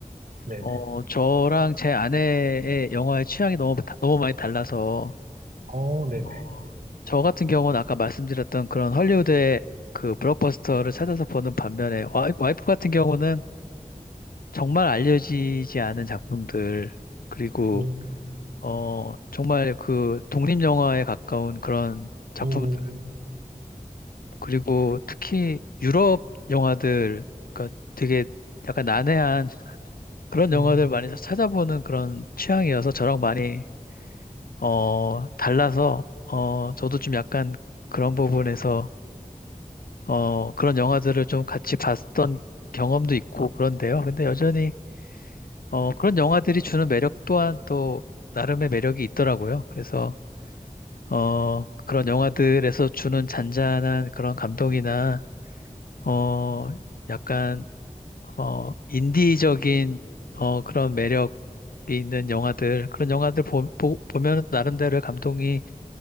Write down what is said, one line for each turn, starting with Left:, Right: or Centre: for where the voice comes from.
Right: 네네.
Left: 어, 저랑 제 아내의 영화의 취향이 너무, 다- 너무 많이 달라서,
Right: 어, 네네.
Left: 어, 저 같은 경우는 아까 말씀드렸던 그런 헐리우드의 그 블록버스터를 찾아서 보는 반면에, 와이- 와이프 같은 경우는 정말 알려지지 않은 작품들, 그리고,
Right: 음,
Left: 어, 정말 그 독립영화에 가까운 그런 작품들,
Right: 어,
Left: 그리고 특히 유럽 영화들, 그러니까 되게 약간 난해한 그런
Right: 음,
Left: 영화들 많이 찾아보는 그런 취향이어서 저랑 많이 어, 달라서, 어, 저도 좀 약간 그런 부분에서, 어, 그런 영화들을 좀 같이 봤던 경험도 있고 그런데요. 근데 여전히, 어, 그런 영화들이 주는 매력 또한 또 나름의 매력이 있더라고요. 그래서, 어, 그런 영화들에서 주는 잔잔한 그런 감동이나, 어, 약간, 어, 인디적인, 어, 그런 매력이 있는 영화들, 그런 영화들 보, 보, 보면 나름대로의 감동이